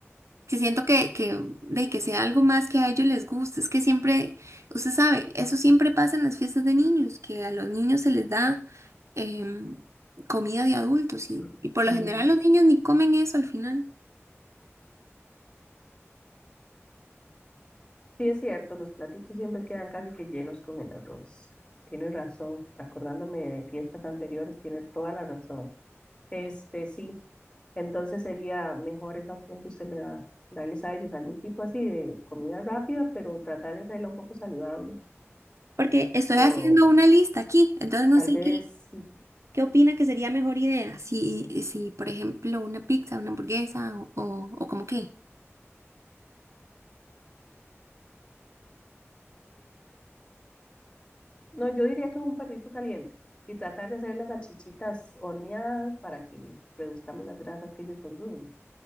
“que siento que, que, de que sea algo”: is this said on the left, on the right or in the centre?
Right